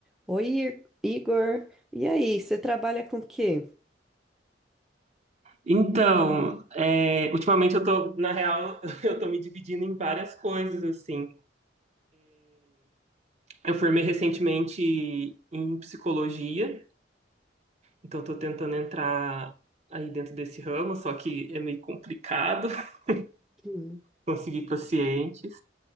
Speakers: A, in the centre; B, on the right.
A: Oi, Ir- Igor. E aí, você trabalha com o quê?
B: Então, é, ultimamente eu tô, na real, <laughs> eu tô me dividindo em várias coisas, assim. Eu formei recentemente em psicologia, então eu tô tentando entrar aí dentro desse ramo, só que é meio complicado <laughs>
A: Hum,
B: conseguir pacientes.